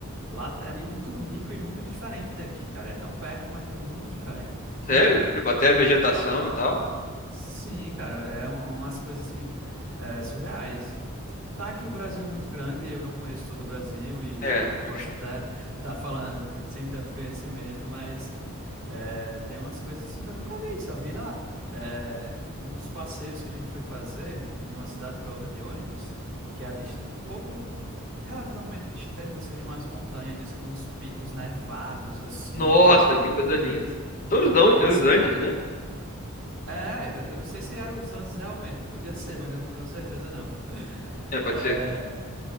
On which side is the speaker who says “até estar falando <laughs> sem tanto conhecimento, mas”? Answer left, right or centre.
Right